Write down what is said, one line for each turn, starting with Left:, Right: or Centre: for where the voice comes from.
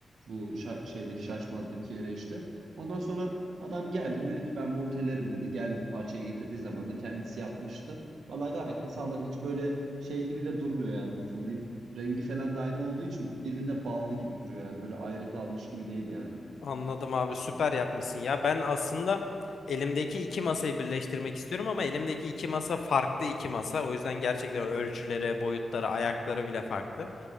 Right: Bu şa- şeydeki şaşmazdaki yere işte. Ondan sonra adam geldi dedi ki ben montelerim dedi. Geldi parçayı getirdiği zaman da kendisi yapmıştı. Valla gayet de sağlam. Hiç böyle şey gibi de durmuyor yani nasıl diyeyim. Rengi falan da aynı olduğu için birbirine bağlı gibi duruyor yani. Böyle ayrı kalmış gibi değil yani.
Left: Anladım abi süper yapmışsın ya. Ben aslında elimdeki iki masayı birleştirmek istiyorum ama elimdeki iki masa farklı iki masa. O yüzden gerçekten ölçüleri, boyutları, ayakları bile farklı.